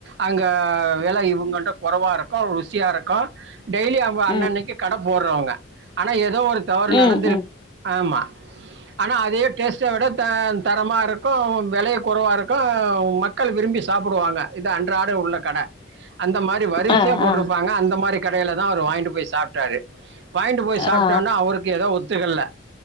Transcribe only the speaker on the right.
அங்க வெலை இவங்கள்ட்ட கொறவா இருக்கு ருசியாருக்கு டெய்லி அவ் ங்க அண்ணன்னைக்கி
கட போட்றவங்க ஆனா எதோ ஒரு தவறு
நடந்திரு
ஆமா ஆனா அதே டேஸ்ட்ட விட த தரமா இருக்கு வெலையு கொறவா இருக் கு மக்கள் விரும்பி சாப்புடுவாங்க இது அன்றாட உள்ள கட அந்த மாரி வரிசையா
போட்ருப்பாங்க
அந்த மாரி கடயில தா அவரு வாங்கிட்டு போய் சாப்ட்டாரு வாய்ண்ட்டு போய்
சாப்பிட்டோனா
அவருக்கு எதோ ஒத்துக்கல்ல